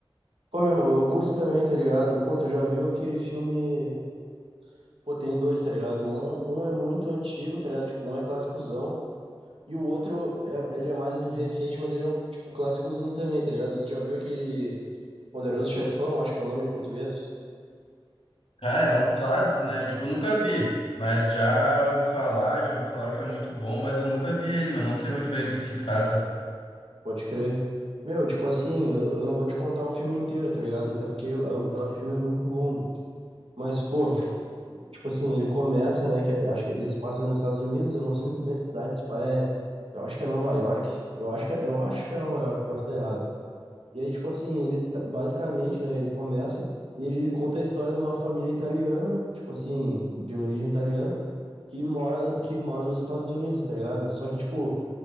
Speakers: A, on the right; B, on the left.
A: Pô, meu, eu curto também, tá ligado? Pô, tu já viu aquele filme. Pô, tem dois, tá ligado? Um, um é muito antigo, tá ligado? Tipo, um é clássicozão. E o outro, é, ele é mais recente, mas ele é um, tipo, clássicozinho também, tá ligado? Tu já viu aquele Poderoso Chefão, acho que é o nome em português?
B: Cara, é um clássico, né? Tipo, eu nunca vi, mas já ouvi falar, já me falaram que é muito bom, mas eu nunca vi ele, mas não sei muito bem do que se trata.
A: Pode crer. Meu, tipo assim, eu, eu não vou te contar o filme inteiro, tá ligado? Até porque ah, o próprio filme é muito longo. Mas, pô, tipo assim, ele começa, né? Que eu acho que ele se passa nos Estados Unidos, eu não sei muito bem a cidade, esse pai é, eu acho que é Nova York, eu acho que, é, eu acho que é Nova York, posso estar errado. E aí, tipo assim, ele tá- basicamente, né, ele começa, ele conta a história de uma família italiana, tipo assim, de origem italiana, que mora, que mora nos Estados Unidos, tá ligado? Só que, tipo,